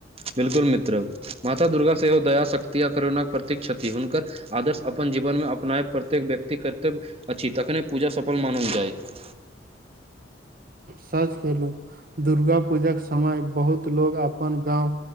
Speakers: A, on the right; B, on the right.
A: बिलकुल मित्र, माता दुर्गा सेहो दया, शक्ति आ करुणाक प्रतीक छथि। हुनकर आदर्श अपन जीवनमे अपनायब प्रत्येक व्यक्ति कर्तव्य अछि। तखने पुजा सफल मानल जायत।
B: सच कयलहु। दुर्गा पूजाक समय बहुत लोग अपन गाँव